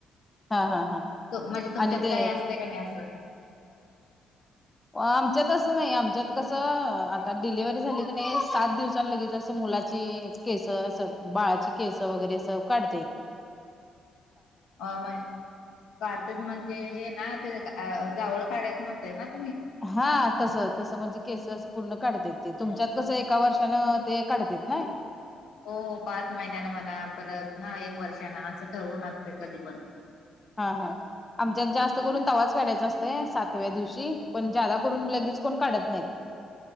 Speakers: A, on the left (about 20°); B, on the left (about 75°).
A: हा हा हा
B: त म्हणजे तुमच्यात,
A: आणि ते
B: काही असतंय का नाही असं?
A: आमच्यात असं नाही. आमच्यात कसं, आता डिलिव्हरी झाली की नाही. सात दिवसान लगेच असं मुला ची केस, अस बाळाची केस, वगैरे अस काढतेेत.
B: अ म्हण काढतेत म्हणजे हे ना. ते जावळ काढायचं म्हणताय ना तुम्ही.
A: हा तस, तसं म्हणजे केस अस पूर्ण काढतेत. ते तुमच्यात कसं, एका वर्षानं ते काढतेत नाही.
B: हो पाच महिन्यान मना. परत हा एक वर्षान, असं ठरवून असते, कधी पण.
A: हा, हा. आमच्यात जास्त करून, तवाच काढायचा अस तय, सातव्या दिवशी. पण जादा करून लगेच कोण काढत नाहीत.